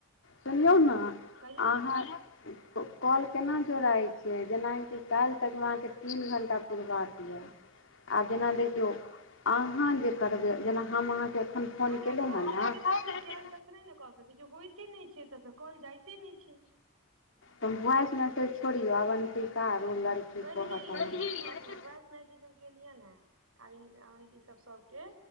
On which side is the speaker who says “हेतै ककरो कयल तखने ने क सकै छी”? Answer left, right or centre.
Right